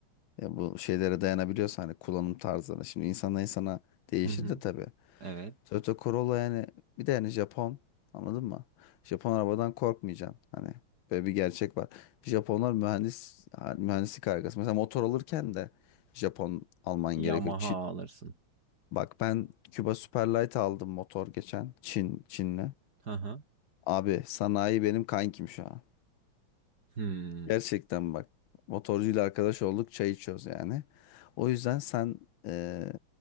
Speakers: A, on the left; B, on the right.
A: e, bu şeylere dayanabiliyorsa hani kullanım tarzlarına. Şimdi insanla insana değişir
B: Hı hı.
A: de tabii.
B: Evet.
A: Toyota Corolla yani bir de yani Japon anladın mı? Japon arabadan korkmayacaksın hani böyle bir gerçek var. Japonlar mühendis ha- mühendislik harikası. Mesela motor alırken de Japon alman
B: Yamaha
A: gerekiyor. Çin
B: alırsın.
A: bak ben Cuba Superlight aldım motor geçen Çin Çinli.
B: Hı hı.
A: Abi sanayi benim kankim şu an.
B: Hmm.
A: Gerçekten bak motorcuyla arkadaş olduk çay içiyoruz yani. O yüzden sen eee,